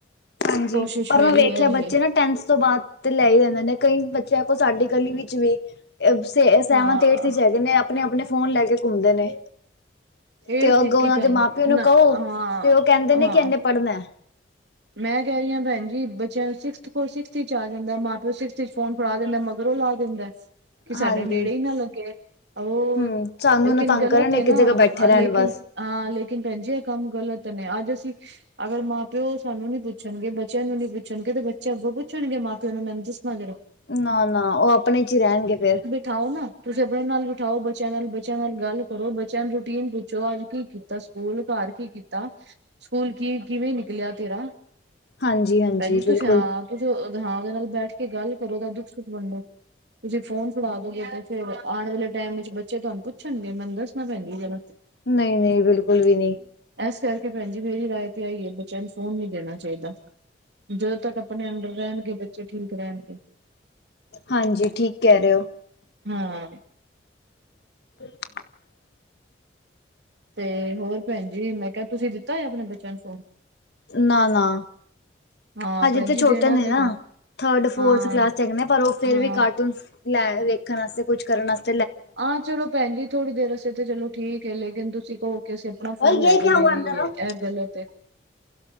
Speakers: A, on the left; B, on the right.
A: ਹਾਂਜੀ,
B: ਕੋਸ਼ਿਸ਼
A: ਪਰ
B: ਮੇਰੀ
A: ਮੈਂ ਵੇਖਿਆ
B: ਇਹੀ
A: ਬੱਚੇ
B: ਏ
A: ਨਾ ਟੈਂਨਥ ਤੋ ਬਾਅਦ ਤੇ ਲੈ ਈ ਆਂਦੇ ਨੇ ਕਈ ਬੱਚੇ ਸਾਡੀ ਗਲੀ ਵਿੱਚ ਵੀ ਨੇ, ਐ ਸੇ ਸੈਵੰਥ
B: ਹਾਂ
A: ਏਰਥ ਵਿੱਚ ਹੈਗੇ ਨੇ, ਐਹ ਆਪਣੇ-ਆਪਣੇ ਫੋਨ ਲੈ ਕੇ ਘੁੰਮਦੇ ਨੇ।
B: ਇਹ
A: ਤੇ ਅੱਗੋਂ
B: ਤਿਰਕੀ
A: ਉਨਾਂ
B: ਭੈਣ
A: ਦੇ ਮਾਂ-ਪਿਓ ਨੂੰ
B: ਨਾ
A: ਕਓ,
B: ਹਾਂ
A: ਤੇ ਓਹ ਕਹਿੰਦੇ ਨੇ
B: ਹਾਂ
A: ਕਿ ਐਨੇ ਪੜ੍ਹਨੈ
B: ਮੈਂ ਕੈਹ ਰੀ ਆਂ ਭੈਨ ਜੀ ਬੱਚਿਆਂ ਸਿਕਸਥ ਕੋਲ ਸਿਕਸਥ ਸਿਕਸਥ ਇਚ ਆ ਜਾਂਦੈ ਮਾਂ-ਪਿਓ ਸਿਕਸਥ ਇਚ ਫੋਨ ਫੜਾ ਦੇਂਦੈ, ਮਗਰੋਂ ਲਾ ਦੇਂਦੈ। ਕਿ ਸਾਡੇ
A: ਹਾਂਜੀ
B: ਨੇੜੇ ਈ ਨਾ ਲੱਗੇ, ਔਰ,
A: ਹਮ ਸਾਨੂੰ
B: ਲੇਕਿਨ
A: ਨਾ ਤੰਗ
B: ਗਲਤ
A: ਕਰਨ ਇੱਕ
B: ਏ ਨਾ
A: ਜਗ੍ਹਾ ਬੈਠੇ ਰਹਿਣ
B: ਲੇਕਿਨ
A: ਬਸ
B: ਹਾਂ, ਲੇਕਿਨ ਭੈਨਜੀ ਏ ਕੰਮ ਗ਼ਲਤ ਨੇ, ਅੱਜ ਅਸੀਂ ਅਗਰ ਮਾਂ ਪਿਓ ਸਾਨੂੰ ਨੀ ਪੁੱਛਨਗੇ ਬੱਚਿਆਂ ਨੂੰ ਨੀ ਪੁੱਛਣਗੇ ਤੇ ਬੱਚੇ ਅੱਗੋਂ ਪੁੱਛਣਗੇ ਮਾਂ-ਪਿਓ ਨੂੰ, ਮੈਨ ਦੱਸਣਾ ਜਰਾ।
A: ਨਾ-ਨਾ, ਓਹ ਆਪਣੇ ਚ ਈ ਰਹਿਣਗੇ ਫੇਰ।
B: ਠਾਓ ਨਾ ਤੁਸੀਂ ਆਪਣੇ ਨਾਲ ਬਿਠਾਓ ਬੱਚਿਆਂ ਨਾਲ ਬੱਚਿਆਂ ਨਾਲ ਗੱਲ ਕਰੋ। ਬੱਚਿਆਂ ਨੂੰ ਰੂਟੀਨ ਪੁ ਛੋ ਅੱਜ ਕੀ ਕੀਤਾ ਸਕੂਲ, ਘਰ ਕੀ ਕੀਤਾ, ਸਕੂਲ ਕੀ ਕਿਵੇਂ ਨਿਕਲਿਆ, ਤੇਰਾ?
A: ਹਾਂਜੀ ਹਾਂਜੀ
B: ਭੈਨਜੀ
A: ਬਿਲਕੁਲ
B: ਤੁਸੀਂ ਆਪ ਤੁਸੀ ਓਹਦੇ ਨਾਲ ਬੈਠ ਕੇ ਗੱਲ ਕਰੋ, ਓਦਾ ਦੁੱਖ-ਸੁੱਖ ਵੰਡੋ। ਤੁਸੀਂ ਫੋਨ ਫੜਾ ਦੋਂਗੇ ਤੇ ਫੇਰ ਆਣ ਵਾਲੇ ਟੈਮ ਵਿੱਚ ਬੱਚੇ ਤੁਹਾਨੂੰ ਪੁੱਛਣਗੇ। ਮੈਨ ਦਸ ਪੁੱਛਣਾ ਭੈਨਜੀ, ਜਰਾ।
A: ਨਹੀਂ ਨਹੀਂ ਬਿਲਕੁਲ ਵੀ ਨਹੀਂ
B: ਐਸ ਕਰਕੇ ਭੈਣ ਜੀ ਮੇਰੀ ਰਾਏ ਤੇ ਐਈ ਐ ਬੱਚਿਆਂ ਨੂੰ ਫੋਨ ਨੀ ਦੇਣਾ ਚਾਈਦਾ। ਜਦੋਂ ਤੱਕ ਆਪਣੇ ਅੰਡਰ ਰਹਿਣਗੇ ਬੱਚੇ, ਠੀਕ ਰਹਿਣਗੇ।
A: ਹਾਂਜੀ, ਠੀਕ ਕੈਹ ਰਹੇ ਓ।
B: ਹਾਂ।
A: <inaudible>
B: ਤੇ ਹੋਰ ਭੈਣ ਜੀ, ਮੈਂ ਕਿਆ ਤੁਸੀਂ ਦਿੱਤਾ ਹੋਇਐ ਆਪਣੇ ਬੱਚਿਆਂ ਨੂੰ ਫੋਨ?
A: ਨਾ-ਨਾ।
B: ਹਾਂ
A: ਹਜੇ
B: ਭੈਣ
A: ਤੇ
B: ਜੀ
A: ਛੋਟੇ
B: ਦੇਣਾ
A: ਨੇ
B: ਵੀ
A: ਨਾ, ਥਰਡ-ਫੋਰਥ
B: ਹਾਂ
A: ਕਲਾਸ ਚ ਹੇਗੈ ਨੇ, ਪਰ ਓ ਫੇਰ
B: ਹਾਂ
A: ਵੀ ਕਾਰਟੂਨਸ ਲੈ ਵੇਖਣ ਆਸਤੇ, ਕੁਛ ਕਰਨ ਆਸਤੇ
B: ਆਂ ਚਲੋ ਭੈਨ ਜੀ ਥੋੜੀ ਦੇਰ ਆਸਤੇ ਤੇ ਚਲੋ ਠੀਕ ਏ ਲੇਕਿਨ ਤੁਸੀਂ ਕੳ ਕੇ ਅਸੀਂ ਆਪਣਾ ਫੋਨ
A: ਓਏ
B: ਲੈ
A: ਯੇ
B: ਕੇ
A: ਕਿਆ
B: ਦੇ
A: ਹੁਆ
B: ਦੇਈਏ
A: ਅੰਦਰ ਆਓ।
B: ਇਹ ਗਲਤ ਹੈ,